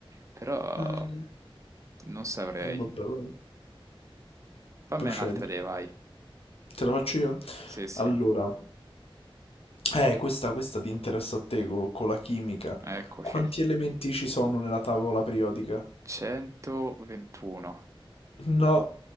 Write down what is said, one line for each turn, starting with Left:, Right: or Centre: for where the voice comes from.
Right: però
Left: Dai.
Right: non saprei.
Left: Vabbè, vabbè.
Right: Fammi
Left: Procedi.
Right: un'altra idea, vai.
Left: Te la faccio io?
Right: Sì, sì,
Left: Allora, Eh, questa, questa ti interessa a te co- con la chimica.
Right: eccoci.
Left: Quanti elementi ci sono nella tavola periodica?
Right: 121,
Left: No.